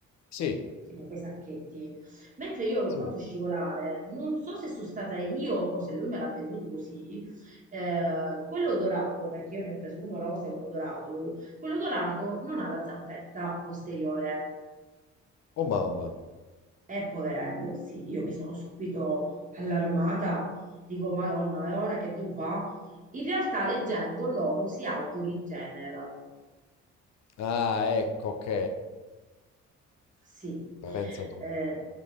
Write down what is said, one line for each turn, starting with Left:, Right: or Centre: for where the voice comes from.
Left: sì,
Right: tipo quei sacchetti. Mentre io l'ho
Left: sì.
Right: fatto scivolare, non so se sono stata io o se lui me l'ha venduto così, eh, quello dorato, perché io ne ho preso uno rosa e uno dorato, quello dorato non ha la zampetta posteriore.
Left: Oh mamma.
Right: è poverello, sì, io mi sono subito allarmata, dico, Madonna, e ora che devo fare? In realtà leggendo loro si autorigenerano.
Left: Ah, ecco, ok.
Right: Sì,
Left: Pensa tu.
Right: eh,